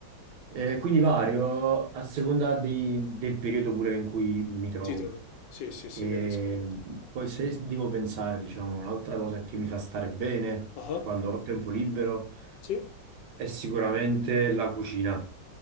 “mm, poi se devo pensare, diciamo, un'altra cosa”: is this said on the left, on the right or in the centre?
Right